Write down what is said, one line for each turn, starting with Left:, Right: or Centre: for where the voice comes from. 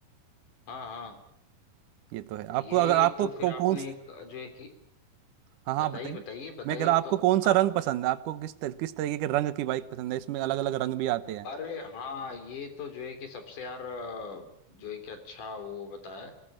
Left: हाँ हाँ
Right: ये तो है
Left: ये
Right: आपको अगर आपको
Left: तो
Right: को,
Left: फिर आपने
Right: कौन
Left: एक जो है कि
Right: हाँ हाँ
Left: बताइए
Right: आप बताइए
Left: बताइए बताइए
Right: मैं कह रहा हूँ आपको
Left: तो
Right: कौन सा रंग
Left: आप
Right: पसंद है आपको किस तर, किस तरीके के रंग की बाइक पसंद है इसमें अलग अलग रंग भी आते हैं
Left: अरे हाँ ये तो जो है कि सबसे यार अ, जो है कि अच्छा वो बताया